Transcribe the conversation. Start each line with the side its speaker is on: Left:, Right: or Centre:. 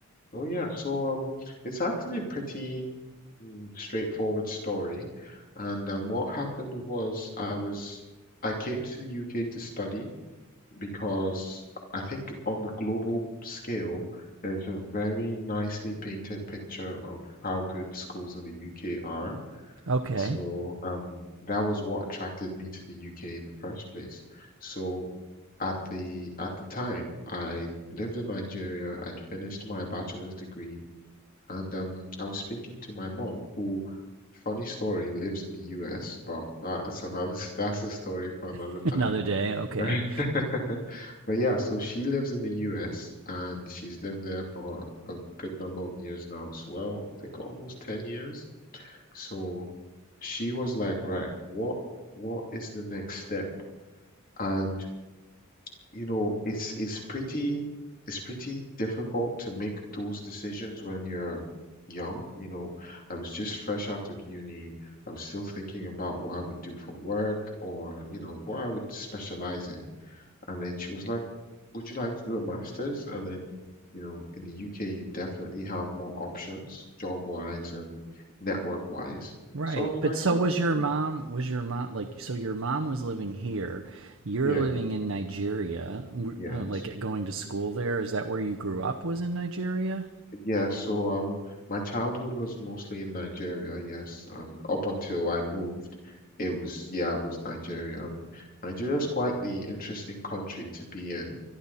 Left: oh yeah, so um, it's actually a pretty mm, straightforward story. And um, what happened was I was I came to the UK to study because I think on the global scale, there's a very nicely painted picture of how good schools in the UK are.
Right: Okay.
Left: So um, that was what attracted me to the UK in the first place. So at the at the time, I lived in Nigeria. I'd finished my bachelor's degree, and um, I was speaking to my mom, who, funny story, lives in the US, but that's another <laughs> that's a story for another
Right: <laughs>
Left: time.
Right: Another day, okay.
Left: Right. <laughs> But yeah, so she lives in the US and she's lived there for a good number of years now as well. I think almost 10 years. So she was like, right, what what is the next step? And you know, it's it's pretty it's pretty difficult to make those decisions when you're young. You know, I was just fresh out of uni. I was still thinking about what I would do for work or, you know, what I would specialize in. And then she was like, Would you like to do a master's? And then, you know, in the UK, you definitely have more options, job wise and network wise.
Right: Right.
Left: So I was
Right: But
Left: like,
Right: so
Left: Oh,
Right: was your
Left: yeah,
Right: mom, was your mom, like, so your mom was living here. You're
Left: yes,
Right: living in Nigeria,
Left: yes.
Right: uh, like going to school there. Is that where you grew
Left: mm-hmm."
Right: up, was in Nigeria?
Left: Yeah, so um, my childhood was mostly in Nigeria, yes, and up until I moved, it was yeah, it was Nigeria, and Nigeria's quite the interesting country to be in,